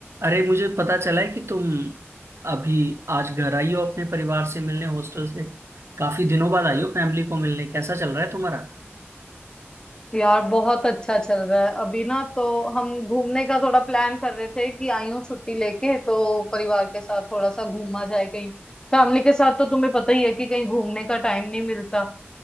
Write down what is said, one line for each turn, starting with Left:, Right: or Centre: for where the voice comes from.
Right: अरे मुझे पता चला है कि तुम अभी आज घर आई हो अपने परिवार से मिलने हॉस्टल से काफी दिनों बाद आई हो फैमिली को मिलने कैसा चल रहा है तुम्हारा
Left: यार बहुत अच्छा चल रहा है अभी ना तो हम घूमने का थोड़ा प्लान कर रहे थे कि आई हूँ छुट्टी लेके तो परिवार के साथ थोड़ा सा घूमा जाए कहीं फैमिली के साथ तो तुम्हें पता ही है कि कहीं घूमने का टाइम नहीं मिलता